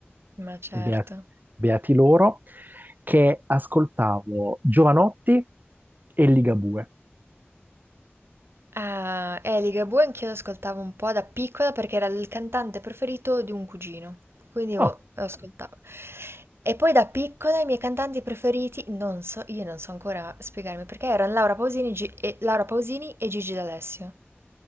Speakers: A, on the right; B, on the right.
A: Ma certo.
B: bea- beati loro, che ascoltavo Giovanotti e Ligabue.
A: Ah, eh, Ligabue anch'io l'ascoltavo un po' da piccola perché era il cantante preferito di un cugino. Quindi io
B: Oh,
A: lo ascoltavo. E poi da piccola i miei cantanti preferiti, non so, io non so ancora spiegarmi perché erano Laura Pausini, Gi- e, Laura Pausini e Gigi D'Alessio.